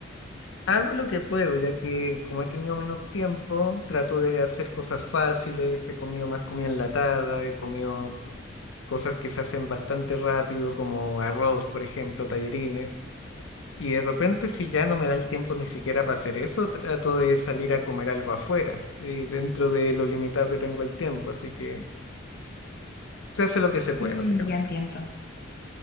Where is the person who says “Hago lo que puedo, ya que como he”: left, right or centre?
Left